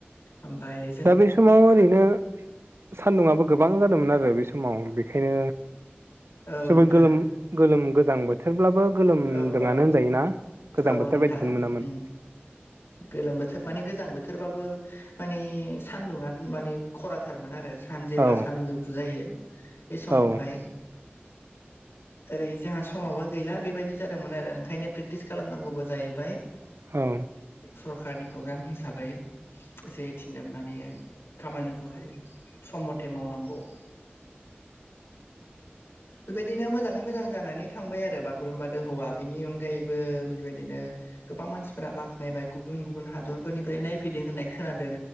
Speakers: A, on the left; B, on the right.
A: ओमफाय
B: दा बे समाव ओरैनो सान्दुंआबो गोबां जादोंमोन आरो बे समाव बेखायनो
A: औ
B: जोबोद
A: नोंथां
B: गोलोम गोलोम गोजां बोथोरब्लाबो गोलोमदोङानो
A: औ औ
B: होनजायोना गोजां
A: औ
B: बोथोर
A: नोंथां
B: बायदिखौनो मोनामोन।
A: उम गोलोम बोथोर माने गोजां बोथोरबाबो मानि सानदुङानो मानि खराथारमोन आरो सान जेब्ला
B: औ
A: सानजौफु जायो बे समावहाय
B: औ
A: ओरै जोंहा समाबो गैला बेबायदि जादोंमोन आरो ओंखायनो प्रेकटिस खालामनांगौबो जाहैबाय।
B: औ
A: सरखारनि प्रग्राम हिसाबै जै थिनो माने खामानिखौहाय सम मथे मावनांगौ। बेबायदिनो मोजाङै मोजां जानानै थांबाय आरो बागुरुम्बा दोहौवा बेनि अनगायैबो बेबायदिनो गोबां मानसिफोरा बाख्नायबाय गुबुन गुबुन हादरफोरनिफ्राय नायफैदों होननाय खोनादों